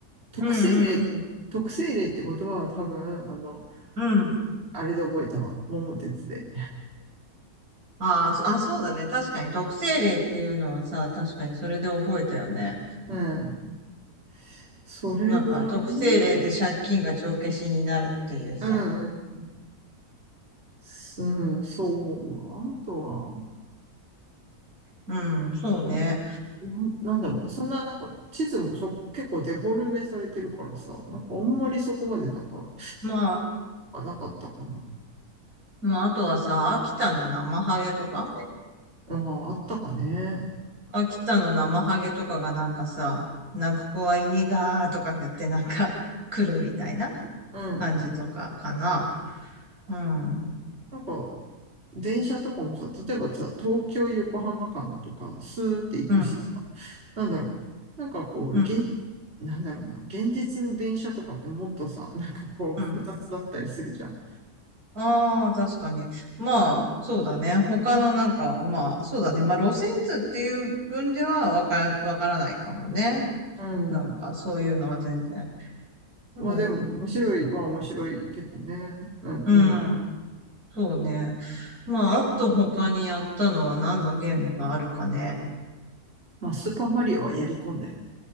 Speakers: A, on the right (about 40°); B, on the right (about 70°).
A: 特性例、
B: うん、うん、うん。
A: 特性例って言葉は多分、あの、
B: うん
A: あれで覚えたわ。桃鉄で。
B: あーそあ、そうだね。確かに特性例っていうのはさ、確かにそれで覚えたよね。
A: <laughs> うん。それぐらい
B: なんか特定例で借金が帳消しになるっていうさ。
A: うん、うん。すうん、そう思うわ。あとは、
B: うん、そうね。
A: うん、ななんだろう。そんななんか地図もそこ結構デフォルメされてるからさ、なんかあんまりそこまでなんか、
B: まあ、
A: あなかったかな。
B: まあ、あとはさ、秋田の生ハゲとか
A: ああ、あったかね。
B: 秋田の生ハゲとかがなんかさ、泣く子は犬がーとか言ってなんか <laughs> 来るみたいな
A: うんうん。
B: 感じとかかな。うん、
A: なんか電車とかもさ、例えばさ、東京横浜間とかスーって行くしさ、
B: うん、
A: なんだろう。なんかこう、
B: うん、
A: 現、なんだろうな。現実の電車とかってもっとさ、なんかこう複雑だったりするじゃん。
B: うん。ああ、確かに。まあ、そうだね。他のなんか、まあ、そうだね。まあ、路線図っていう分ではわから、わからないかもね。
A: うん。
B: なんか、そういうのは全然。でも、
A: まあでも面白いは面白いけどね。うんうん。
B: うん、そうね。まあ、あと他にやったのは何のゲームがあるかね。
A: まあスーパーマリオはやり込んだよ。